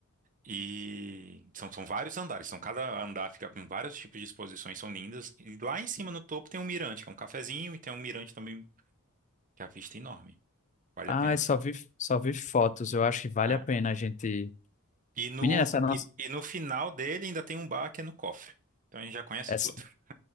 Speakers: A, on the right; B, on the left.
A: E são, são vários andares, então cada andar fica com vários tipos de exposições, são lindas. E lá em cima, no topo, tem um mirante, que é um cafezinho, e tem um mirante também, que a vista é enorme. Vale
B: Ai,
A: a pena.
B: só vi, só vi fotos. Eu acho que vale
A: É.
B: a pena a gente.
A: E no,
B: Menina, essa nossa.
A: e, e no final dele ainda tem um bar que é no cofre. Então a gente já conhece
B: Essa,
A: tudo. <laughs>